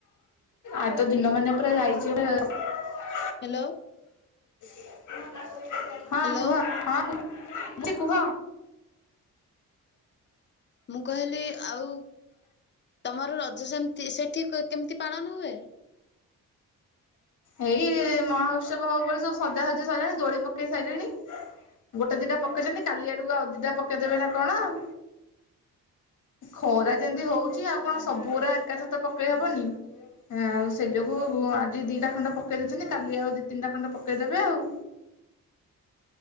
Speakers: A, on the left; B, on the left.
A: ଆ ତ ଦିନ ମାନ ପୁରା ଯାଇଚି ଅ
B: ହ୍ୟାଲୋ।
A: <inaudible> ହଁ
B: ହ୍ୟାଲୋ
A: ଭୁହ ହଁଉ। ଛି କୁହ।
B: ମୁଁ କହିଲି ଆଉ ତମର ରଜ ସେମିତି ସେଠିକି କେମିତି ପାଳନ ହୁଏ।
A: ଏଇ ମହା ଉତ୍ସବ ହବ ବୋଲି ସବୁ ସଜା ସଜା ସାରିଲାଣି ଦୋଳି ପକେଇ ସାରିଲେଣି ଗୋଟେ ଦିଟା ପକେଇଛନ୍ତି କାଲି ଆଡକୁ ଆଉ ଦିଟା ପକେଇଦବେ ନା କଣ ଆଉ। ଖରା ଯେମିତି ହଉ ଆଉ କଣ
B: ଓହୋ
A: ସବୁ ଗୁରା ଏକାଥ ହବନି ଆଉ ସେ ଯୋଗୁ ଆଜି ଦି ଦୁଟା ଖଣ୍ଡ ପକେଇ ଦେଇଉଛନ୍ତି କାଲି ଆଉ ଦି ତିନିଟା ଖଣ୍ଡ ପକେଇଦେବେ ଆଉ।